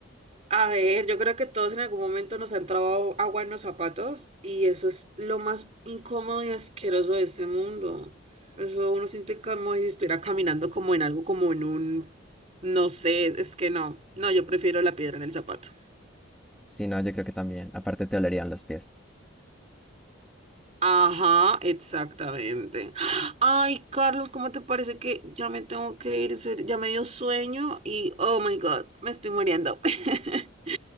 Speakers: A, on the right (about 30°); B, in the centre.
A: a ver, yo creo que todos en algún momento nos ha entrado agua en los zapatos y eso es lo más incómodo y asqueroso de este mundo. Eso uno siente como si estuviera caminando como en algo, como en un, no sé, es que no, no, yo prefiero la piedra en el zapato.
B: Si no, yo creo que también. Aparte te olerían los pies.
A: Ajá, exactamente. Ay, Carlos, ¿cómo te parece que ya me tengo que ir? En serio, Ya me dio sueño y, oh my God, me estoy muriendo. <laughs>